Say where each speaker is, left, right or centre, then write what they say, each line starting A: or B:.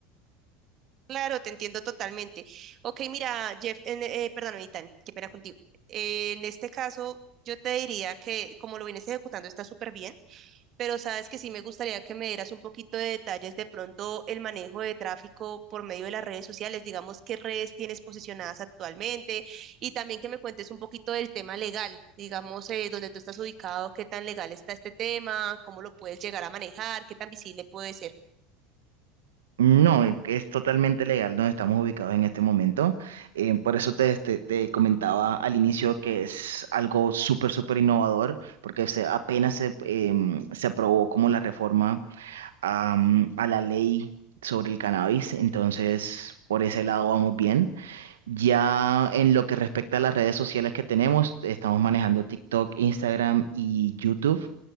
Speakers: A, on the right; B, on the right.
A: Claro, te entiendo totalmente. Ok, mira, Jeff, en- eh, perdón, Itan, qué pena contigo. Eh, en este caso, yo te diría que como lo vienes ejecutando está súper bien. pero sabes que sí me gustaría que me dieras un poquito de detalles de pronto el manejo de tráfico por medio de las redes sociales, digamos qué redes tienes posicionadas actualmente y también que me cuentes un poquito del tema legal, digamos eh, dónde tú estás ubicado, qué tan legal está este tema, cómo lo puedes llegar a manejar, qué tan visible puede ser.
B: No, es totalmente legal donde estamos ubicados en este momento. Eh, por eso te, te- te comentaba al inicio que es algo súper, súper innovador, porque se, apenas se, em, se aprobó como la reforma am, a la ley sobre el cannabis. Entonces, por ese lado vamos bien. Ya en lo que respecta a las redes sociales que tenemos, estamos manejando TikTok, Instagram y YouTube.